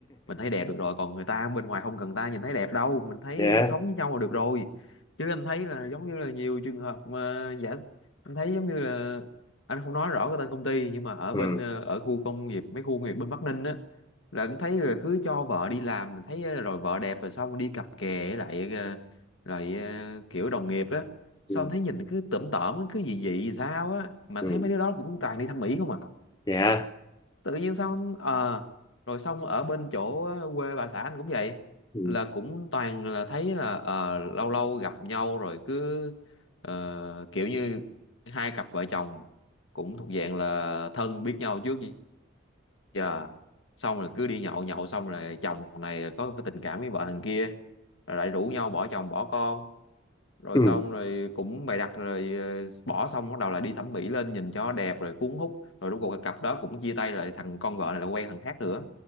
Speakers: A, on the left; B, on the left.
A: mình thấy đẹp được rồi còn người ta bên ngoài không cần ta nhìn thấy đẹp đâu mình thấy
B: Vậy hả?
A: sống với nhau là được rồi chứ anh thấy là giống như là nhiều trường hợp mà giả anh thấy giống như là anh không nói rõ cái tên công ty nhưng mà ở
B: Ừ.
A: bên ờ, ở khu công nghiệp mấy khu công nghiệp bên Bắc Ninh á là anh thấy là cứ cho vợ đi làm thấy ờ, rồi vợ đẹp rồi xong đi cặp kè với lại ờ, lại ờ, kiểu đồng nghiệp á
B: Ừ.
A: sao anh thấy nhìn cứ tởm tởm cứ dị dị gì sao á mà
B: Ừ.
A: anh thấy mấy đứa đó cũng toàn đi thăm mỹ không à
B: Vậy hả?
A: tự nhiên sao anh ờ rồi xong ở bên chỗ quê bà xã anh cũng vậy
B: Ừ.
A: là cũng toàn là thấy là ờ, lâu lâu gặp nhau rồi cứ ờ, kiểu như hai cặp vợ chồng cũng thuộc dạng là thân biết nhau trước giờ xong rồi cứ đi nhậu nhậu xong rồi chồng này có cái tình cảm với vợ thằng kia rồi lại rủ nhau bỏ chồng bỏ con rồi
B: Ừ.
A: xong rồi cũng bày đặt rồi ờ, bỏ xong bắt đầu là đi thẩm mỹ lên nhìn cho đẹp rồi cuốn hút rồi rốt cuộc cái cặp đó cũng chia tay lại thằng con vợ này là quen thằng khác nữa